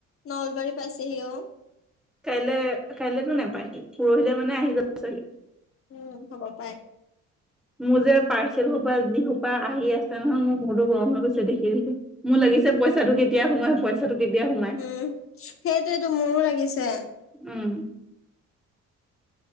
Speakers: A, on the left; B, in the centre.
A: নলবাৰী পাইছেহি অ'।
B: কাইলৈ, কাইলেতো নাপায়হি, পৰহিলে মানে আহি যাব চাগে।
A: উম হ'ব পাৰে।
B: মোৰ যে পাৰ্চেল সোপা যি সোপা আহি আছে নহয়, মোৰ মূৰতো গৰম হৈ গৈছে দেখি দেখি। মোৰ লাগিছে পইচাটো কেতিয়া সোমাই, পইচা কেতিয়া সোমাই
A: উম, সেইটোটো মোৰো লাগিছে।
B: উম।